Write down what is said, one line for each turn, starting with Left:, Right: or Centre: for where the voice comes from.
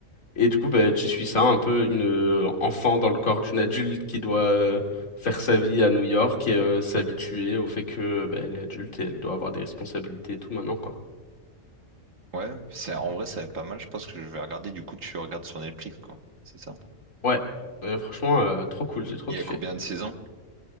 Left: Et du coup, bah, tu suis ça, un peu une euh, enfant dans le corps d'une adulte qui doit euh, faire sa vie à New York et euh, s'habituer au fait que bah, elle est adulte et elle doit avoir des responsabilités et tout maintenant, quoi.
Right: ouais, c'est, en vrai, ça va être pas mal. Je pense que je vais regarder. Du coup, tu regardes sur Netflix, quoi. C'est ça.
Left: Ouais, Euh, franchement, euh, trop cool, j'ai trop
Right: Il
Left: kiffé.
Right: y a combien de saisons?